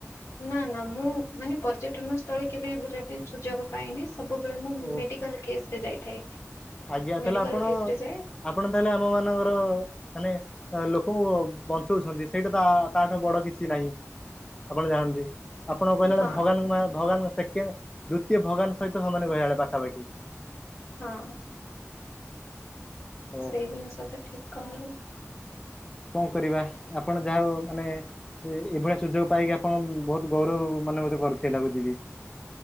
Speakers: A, on the left (about 70°); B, on the left (about 15°).
A: ନା ନା ମୁଁ ମାନେ ପର୍ଯ୍ୟଟନ ସ୍ଥଳୀ କେବେ ବୁଲିବା ପାଇଁ ସୁଯୋଗ ପାଇନି। ସବୁବେଳେ ମୁଁ
B: ଓ
A: ମେଡିକାଲ୍ କେସ୍ ରେ ଯାଇଥାଏ।
B: ଆଜ୍ଞା
A: ମେଡିକାଲ
B: ତାହେଲେ ଆପଣ
A: କେସ୍ ରେ ଯାଏ
B: ଆପଣ ତାହେଲେ ଆମ ମାନଙ୍କର ମାନେ ଆଁ ଲୋକଙ୍କୁ ବଞ୍ଚଉଛନ୍ତି ସେଇଟା ତା ତାଠୁ ବଡ଼ କିଛି ନାହିଁ ଆପଣ ଜାଣନ୍ତି। ଆପଣ କହିଲା
A: ହଁ
B: ଭଳିଆ ଭଗବାନ ଙ୍କୁ ମା ଭଗବାନ ଦେଖି ଦ୍ଵିତୀୟ ଭଗବାନ ସହିତ ସମାନ ବେଳେବେଳେ ପାଖାପାଖି।
A: ହଁ।
B: ଓହୋ
A: ସେଇ ଜିନିଷ ତ ଠିକ୍ କହିଲେ।
B: କଣ କରିବା ଆପଣ ଯା ହେଉ ମାନେ ଏଇ ଏଇଭଳିଆ ସୁଯୋଗ ପାଇକି ଆପଣ ବହୁତ୍ ଗୌରବ ମନବୋଧ କରୁଥିବେ ଲାଗୁଚି ବି।